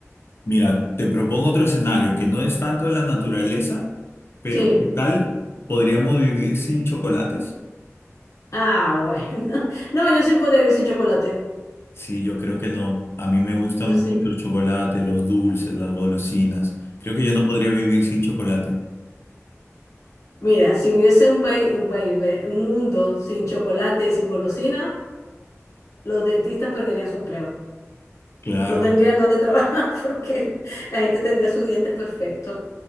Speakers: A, on the left; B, on the left.
A: Mira, te propongo otro escenario que no es tanto de la naturaleza, pero
B: Sí.
A: ¿qué tal podríamos vivir sin chocolates?
B: Ah, bueno. <laughs> No, yo sí podría vivir sin chocolate.
A: Sí, yo creo que no. A mí me gusta
B: Yo
A: mucho
B: sí.
A: el chocolate, los dulces, las golosinas. Creo que yo no podría vivir sin chocolate.
B: Mira, si hubiese un país, un país, ve, un mundo sin chocolate y sin golosina, los dentistas perderían su empleo.
A: Claro.
B: No tendrían dónde trabajar <laughs> porque la gente tendría sus dientes perfectos,